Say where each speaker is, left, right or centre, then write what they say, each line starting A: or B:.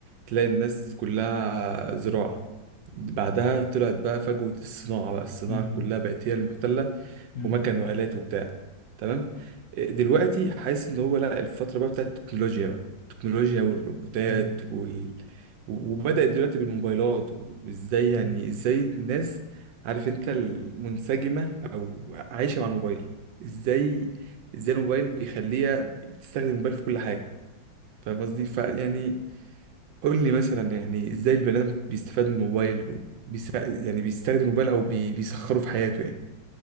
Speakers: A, on the right (about 75°); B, on the left (about 60°).
A: تلاقي الناس كلها
B: مم.
A: زراعه بعدها طلعت بقى فجوة الصناعة بقى الصناعة
B: مم.
A: كلها بقت هي المحتلة
B: مم.
A: ومكن وآلات وبتاع تمام آه، دلوقتي حاسس ان هو لا الفترة بقى بتاعت التكنولوجيا بقى التكنولوجيا والروبوتات
B: مم.
A: وال... و- وبدأت دلوقتي بالموبايلات وازاي يعني
B: مم.
A: ازاي الناس عارف انت المنسجمة او عايشة مع الموبايل ازاي ازاي الموبايل بيخليها بتستخدم الموبايل في كل حاجة فاهم قصدي فيعني قول لي مثلا يعني ازاي البني ادم بيستفاد من الموبايل وبيس... يعني بيستخدم الموبايل او بي... بيسخره في حياته يعني